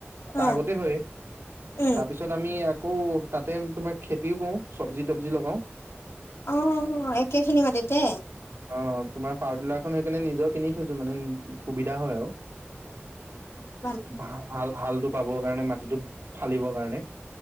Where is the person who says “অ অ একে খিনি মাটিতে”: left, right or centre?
Left